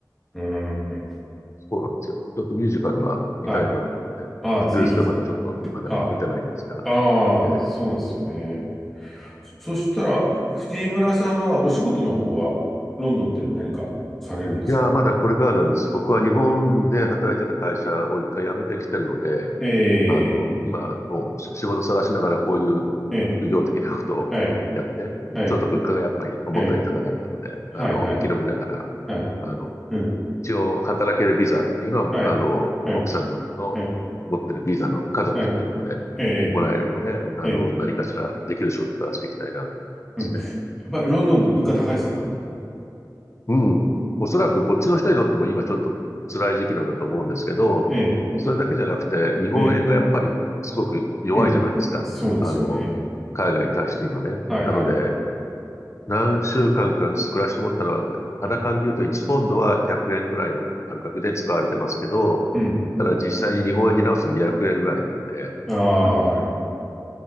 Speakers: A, in the centre; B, on the left (about 40°).
A: うん。
B: そうなんですよ。ちょっとミュージカルは見たいなと思って。
A: はい。ああ、ぜひ、
B: いるんですけどまだちょっと、まだ行けてないんですが。
A: ああ、ああそうですよね。
B: えー
A: そしたら、藤村さんはお仕事の方はロンドンで何かされるんですか
B: いやー、まだこれからなんです。僕は日本で働いてた会社を一回辞めてきてるので、
A: ええ、
B: あの、今、もう仕仕事探しながらこういう
A: ええ、
B: 副業的なことをやって、
A: はい、はい、
B: ちょっと物価がやっぱり思ったより高かったので、
A: ええ、はい、
B: あの、
A: はい、
B: 生き延びながら、
A: はい、
B: あの、
A: うん、
B: 一応働けるビザっていうのは、
A: はい、
B: あの、
A: はい、
B: 奥さんの、の持ってるビザの家族っていうことで
A: はい、はい、ええ、
B: もらえるので、あの、
A: ええ、ええ
B: 何かしらできる仕事を探していきたいなと思いますね。
A: うん。やっぱりロンドンって物価高いですか
B: うん。おそらくこっちの人にとっても今ちょっと辛い時期なんだと思うんですけど、
A: ええ、
B: それだけじゃなくて、日本円がやっぱりすごく弱いじゃないですか。
A: ええ、うん。そうですよね。
B: あの、海外に対して今ね。
A: はい、
B: なので、
A: はい、
B: 何週間か暮らして思ったのは、肌感で言うと1ポンドは100円ぐらいの感覚で使われてますけど、
A: ええ、うん。
B: ただ実際に日本円に直すと200円ぐらいなんで、
A: ああ、
B: あの、
A: はい、